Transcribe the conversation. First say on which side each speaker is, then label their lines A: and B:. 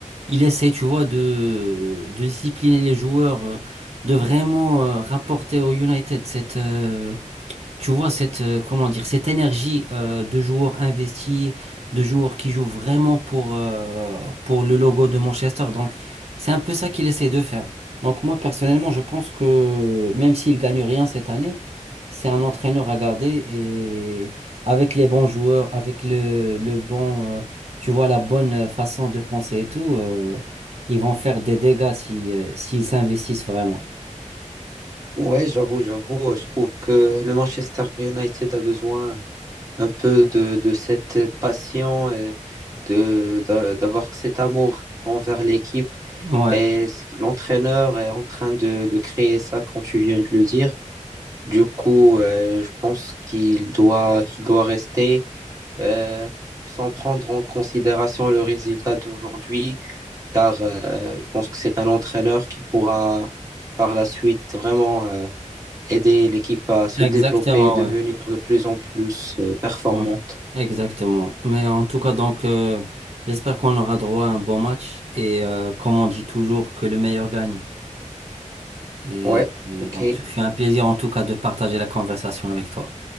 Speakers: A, on the right; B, on the right.
A: il essaie, tu vois, de, de discipliner les joueurs, euh, de vraiment, euh, rapporter au United cette, euh, tu vois cette, euh, comment dire, cette énergie euh, de joueurs investis, de joueurs qui jouent vraiment pour, euh, pour le logo de Manchester. Donc, c'est un peu ça qu'il essaie de faire. Donc, moi, personnellement, je pense que même s'il gagne rien cette année, c'est un entraîneur à garder et avec les bons joueurs, avec le, le bon, euh, tu vois, la bonne façon de penser et tout, euh, ils vont faire des dégâts si, euh, s'ils s'investissent vraiment.
B: Ouais, j'avoue, j'avoue. euh, Je trouve que le Manchester United a besoin euh, un peu de, de cette passion et de, de- d'avoir cet amour envers l'équipe.
A: Ouais,
B: Et c- l'entraîneur est en train de, de créer ça, comme tu viens de le dire. Du coup, euh, je pense qu'il doit, qu'il doit rester euh, sans prendre en considération le résultat d'aujourd'hui, car euh, je pense que c'est un entraîneur qui pourra par la suite vraiment euh, aider l'équipe à se
A: exactement,
B: développer et devenir de plus en plus euh, performante.
A: Ouais, exactement. Mais en tout cas, donc, euh, j'espère qu'on aura droit à un bon match et, euh, comme on dit toujours, que le meilleur gagne. Et,
B: Ouais,
A: et
B: ok.
A: donc, ce fut un plaisir en tout cas de partager la conversation avec toi.